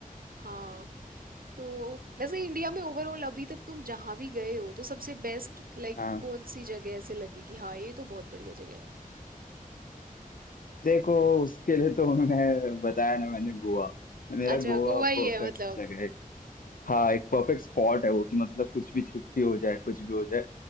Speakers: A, on the right (about 75°); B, on the left (about 70°).
A: हाँ तो वैसे इंडिया में ओवरऑल अभी तक तुम जहाँ भी गए हो तो सबसे बेस्ट लाइक
B: हाँ
A: कौन सी जगह ऐसे लगी कि हाँ ये तो बहुत बढ़िया जगह है
B: देखो उसके लिए तो मैं बताया ना मैंने गोवा मेरा
A: अच्छा
B: गोवा
A: गोवा ही
B: परफेक्ट
A: है मतलब
B: जगह है हाँ एक परफेक्ट स्पॉट है वो कि मतलब कुछ भी छुट्टी हो जाए कुछ भी हो जाए